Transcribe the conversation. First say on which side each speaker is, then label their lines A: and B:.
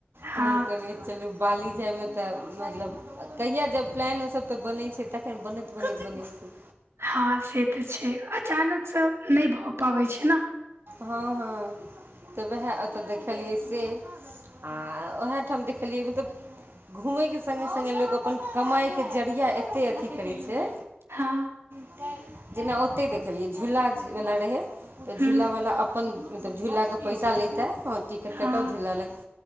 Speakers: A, on the right (about 80°); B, on the right (about 65°).
A: हँ
B: त हम कहलिये चलू बाली जायमे तऽ मतलब कहिया जब प्लान ओ सब तऽ बनै छै तखन बनैत बनैत बनैततै
A: हँ से तऽ छै अचानक से नहि भऽ पाबै छै ने
B: हँ हँ तऽ उएह ओतय देखलियै से आ उएह ठाम देखलियै मतलब घुमै के संग संग लोक अपन कमाइके जरिया एत्ते अथी करै छै
A: हँ
B: <inaudible> जेना ओतै देखलियै झूला वला रहै तऽ
A: हूँ
B: झूला वला अपन मतलब झूला के पैसा लैता ओर टिकट
A: हँ
B: कटाउ झूला लग